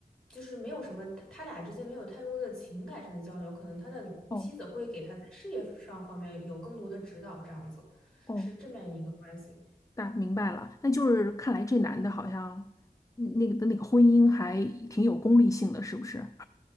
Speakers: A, in the centre; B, on the left.
A: 就是没有什么，他他俩之间没有太多的情感上的交流，可能他的妻子会给他在事业上方面有更多的指导，
B: 哦
A: 这样子。
B: 哦，
A: 是这么样一个关系。
B: 大明白了，那就是看来这男的好像嗯那个的那个婚姻还挺有功利性的，是不是？